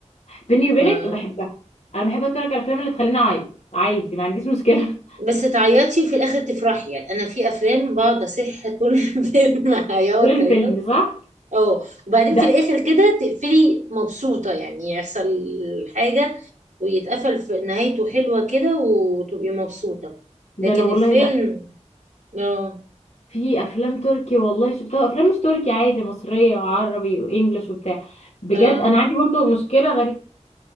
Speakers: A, on the left (about 70°); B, on the right (about 85°).
A: بيني وبينك
B: ما
A: بحبها انا بحب اتفرج على الافلام اللي تخليني اعيط عادي ما عنديش مشكله
B: بس تعيطي وفي الاخر تفرحي يعني انا في افلام بقعد اصح طول الفيلم <laughs> عياط
A: <laughs> طول الفيلم
B: عياط
A: صح
B: اه وبعدين
A: ده
B: في الاخر كده تقفلي مبسوطه يعني يحصل حاجه ويتقفل في نهايته حلوه كده وتبقي مبسوطه
A: ده
B: لكن
A: انا والله
B: الفيلم
A: لا
B: اه
A: في افلام تركي والله شفتها افلام مش تركي عادي مصريه وعربي وانجلش وبتاع بجد
B: اه
A: انا عندي برضو مشكله غريبه